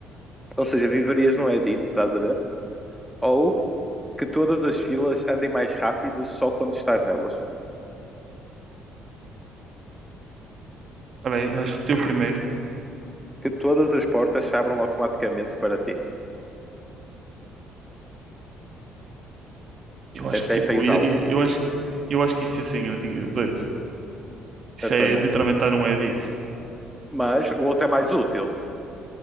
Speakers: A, in the centre; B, on the right.
A: Ou seja, viverias num Edit, estás a ver? Ou que todas as filas andem mais rápido só quando estás nelas.
B: Espera aí, vais repetir o primeiro.
A: Que todas as portas se abram automaticamente para ti.
B: Eu acho
A: Até
B: que tipo,
A: tens
B: ia-
A: aura.
B: ia- eu acho que, eu acho que isso ia ser engra- engra- doido. Isso
A: Eu também.
B: é literalmente estar num edit.
A: Mas o outro é mais útil.